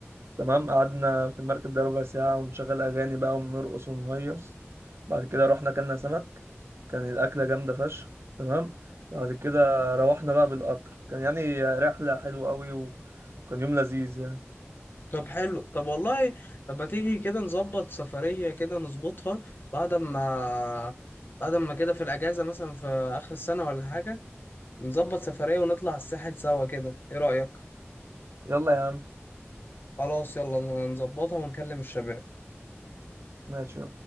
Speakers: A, on the right; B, on the left.
A: تمام قعدنا في المركب ده ربع ساعه ونشغل اغاني بقى ونرقص ونهيص بعد كده رحنا اكلنا سمك كان الاكله جامده فشخ تمام بعد كده روحنا بقى بالقطر كان يعني رحله حلوه قوي وكان يوم لذيذ يعني
B: طب حلو طب والله طب ما تيجي كده نظبط سفريه كده نظبطها بعد ما بعد ما كده في الاجازه مثلا في اخر السنه ولا حاجه نظبط سفريه ونطلع الساحل سوا كده ايه رايك
A: يلا يا عم
B: خلاص يلا نظبطها ونكلم الشباب
A: ماشي